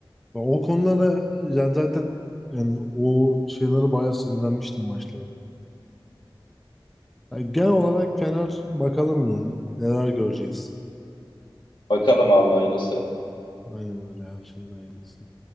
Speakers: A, in the centre; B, on the left.
A: O konulara ya zaten yani o şeylere bayağı sinirlenmiştim maçlarda. Yani genel olarak Fener bakalım ya. Neler göreceğiz.
B: Bakalım abi hayırlısı.
A: Aynen öyle her şeyin aynısı.